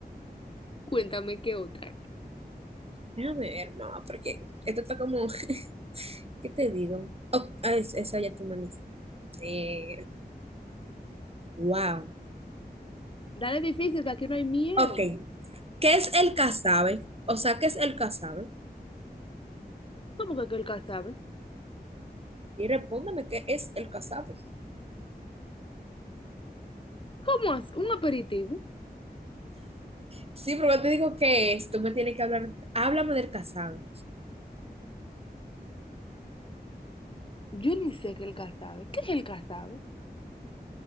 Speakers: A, on the left; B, on the right.
A: Cuéntame qué otra.
B: Déjame ver, mamá, porque esto está como... <laughs> ¿Qué te digo? Oh, ah, es- esa ya tú me la hiciste. Eh, wow.
A: Dale difícil, que aquí no hay miedo.
B: Ok. ¿Qué es el casabe? O sea, ¿qué es el casabe?
A: ¿Cómo que aquel que sabe?
B: Y respóndame, ¿qué es el casabe?
A: ¿Cómo es? ¿Un aperitivo?
B: Sí, pero yo te digo qué es. Tú me tienes que hablar. Háblame del casabe.
A: Yo ni sé qué es el casabe. ¿Qué es el casabe?